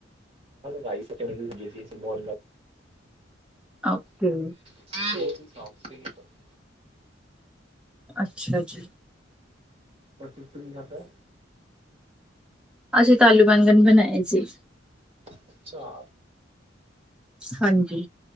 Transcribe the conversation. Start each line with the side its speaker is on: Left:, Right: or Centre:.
Right: ਹਾਈ ਸੀ <unintelligible>
Centre: ਓਕੇ।
Right: ਸ ਸੀ <unintelligible>
Centre: ਅੱਛਾ ਜੀ।
Right: ਪਰ ਤੁਸੀਂ ਕੀ ਖਾਦਾ?
Centre: ਅਸੀਂ ਤਾ ਆਲੂ, ਬੰਗਣ ਬਣਾਏ ਸੀ।
Right: ਅੱਛਾ।
Centre: ਹਾਂਜੀ,